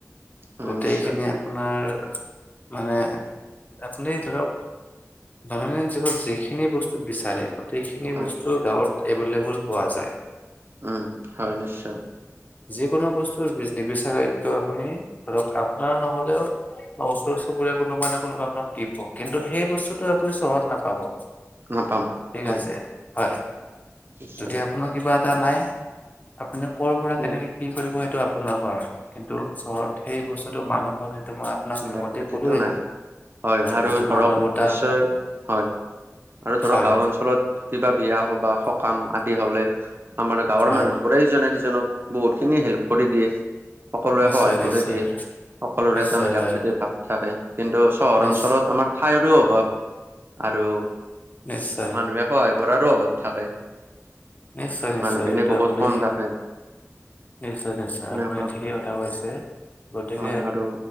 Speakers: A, on the right (about 45°); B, on the left (about 30°).
A: হয়
B: গোটেইখিনি
A: নিশ্চয়
B: আপোনাৰ, মানে আপুনি ধৰক দৈনন্দিন জীৱনত যিখিনি বস্তু বিচাৰে, গোটেইখিনি
A: হয়
B: বস্তু গাঁৱত এভেইলেবল পোৱা যায়।
A: উম, হয় নিশ্চয়।
B: যিকোনো বস্তু নিবিচাৰে এইটো আপুনি ধৰক আপোনাৰ নহ'লেওঁ বা ওচৰ চুবুৰীয়া কোনোবা না কোনোবাই আপোনাক দিব, কিন্তু সেই বস্তুটো আপুনি চহৰত নাপাব।
A: নাপাম
B: ঠিক
A: হয়
B: আছে হয়,
A: নিশ্চয়
B: যদি আপ আপোনাৰ কিবা এটা নাই, আপুনি ক'ৰ পৰা
A: উম
B: কেনেকে কি কৰিব সেইটো আপোনাৰ পৰা কিন্তু চহৰত সেই বস্তুটো মানুহৰ মই আপোনাক
A: মিলাপতিটো
B: আগতে ক'লোয়ে
A: নাই, হয় আৰু
B: যিটো
A: ধৰক
B: মানৱতা
A: নিশ্চয়, হয়। আৰু ধৰক
B: হয়
A: গাঁও অঞ্চলত কিবা বিয়া সবাহ সকাম আদি হ'লে আমাৰ গাঁৱৰ
B: হয়
A: মানুহবোৰেই ইজনে সিজনক বহুত খিনি হেল্প কৰি দিয়ে, সকলোৱে
B: নিশ্চয়
A: সহায়
B: নিশ্চয়
A: কৰি দিয়ে সকলোৰে
B: নিশ্চয়
A: মিলাৰ
B: হয়
A: প্ৰীতিৰ ভাৱ থাকে, কিন্তু চহৰ
B: নিশ্চ-
A: অঞ্চলত আমাৰ ঠাইৰো অভাৱ আৰু
B: নিশ্চয়
A: মানুহে সহায় কৰাৰো অভাৱ থাকে।
B: নিশ্চয়-নিশ্চয়,
A: মানুহখিনি
B: সেইটো
A: বহুত
B: আপুনি
A: কম থাকে
B: নিশ্চয়- নিশ্চয়,
A: তেনেকুৱাকৈ
B: আপুনি ঠিকেই কথা কৈছে গতিকে
A: হয় আৰু